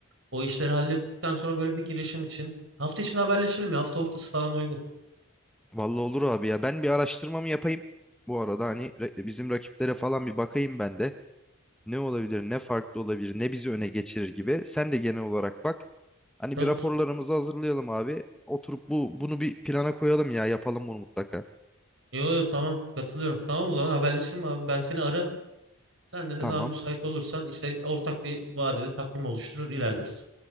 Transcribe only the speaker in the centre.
Vallahi olur abi ya. Ben bir araştırmamı yapayım. Bu arada hani re- bizim rakiplere falan bir bakayım ben de. Ne olabilir, ne farklı olabilir, ne bizi öne geçirir gibi. Sen de genel olarak bak. Hani
bir raporlarımızı
hazırlayalım abi. Oturup bu bunu bir plana koyalım ya. Yapalım bunu mutlaka.
Tamam.